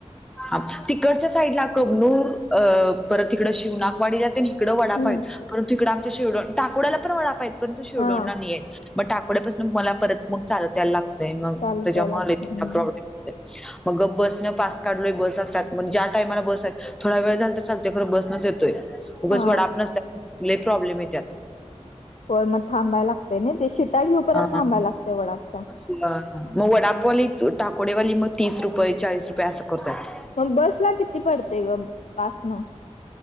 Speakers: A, in the centre; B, on the left.
A: हा तिकडच्या साईडला कबनूर अ परत तिकड. शिवनाकवाडी जाते तिकडे वडाप
B: हम्म
A: आहेत परंत तिकडं आमच्या शेडो टाकडला पणडा पा आहेत परंत तू शेवडोंना
B: हा
A: नाहीयेत बट आकोड्यापासून मग मला परत मग चालतायला लागतंय मग
B: चालत
A: त्याच्यामुळे
B: याय लागत हम्म
A: प्रॉब्लेम. मग बसन पा. काढ बस असतात मग ज्या टायमाला बस आहेत थोडा वेळ झाल तर चालते खरं बसनच येतोय उगच
B: हा
A: वडाप नसतात लय प्रॉब्लेम येतात.
B: हो मग थांबाय लागते ना ते शिटा येऊ पर्यंत
A: हा.
B: थांबाय. लागते वडापच्या
A: मग वडापवाली टाकोडेवाली मग तीस रुपये चाळीस रुपये असं करतात
B: मग बसला किती पडते ग पासनं.